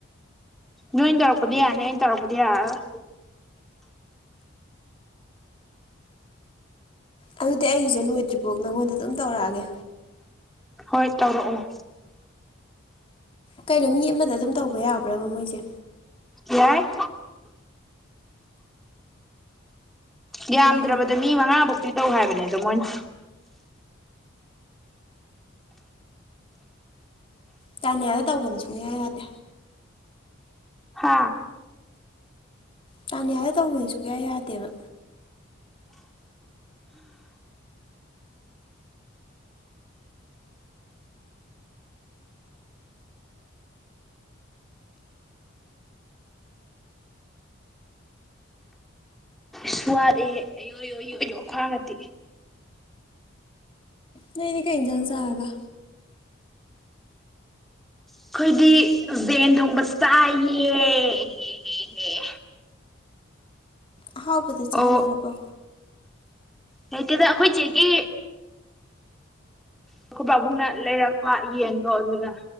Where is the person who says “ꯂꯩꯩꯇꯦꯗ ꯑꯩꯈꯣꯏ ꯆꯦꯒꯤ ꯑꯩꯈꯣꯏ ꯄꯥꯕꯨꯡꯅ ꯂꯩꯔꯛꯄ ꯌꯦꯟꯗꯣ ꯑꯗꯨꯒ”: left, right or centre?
Centre